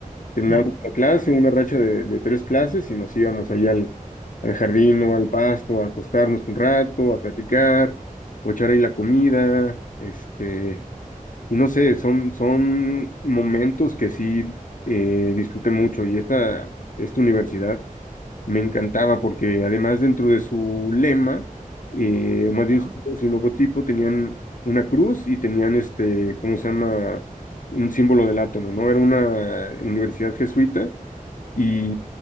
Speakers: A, on the left; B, on the right.
A: terminábamos
B: <laughs>
A: una clase,
B: Ya,
A: una racha de, de tres clases y nos íbamos ahí al, al jardín o al pasto a acostarnos un rato, a platicar, o echar ahí la comida, este y no sé, son, son momentos que sí eh, disfruté mucho. Y esta, esta universidad me encantaba porque además dentro de su lema, eh, o más bien
B: ya.
A: su, su logotipo, tenían una cruz y tenían este, ¿cómo se llama? Un símbolo del átomo, ¿no? Era una universidad jesuita y